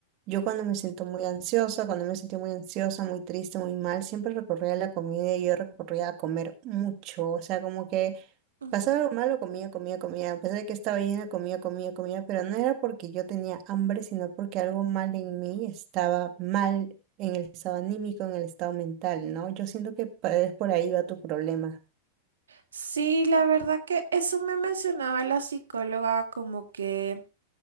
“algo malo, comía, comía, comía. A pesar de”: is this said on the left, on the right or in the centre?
Right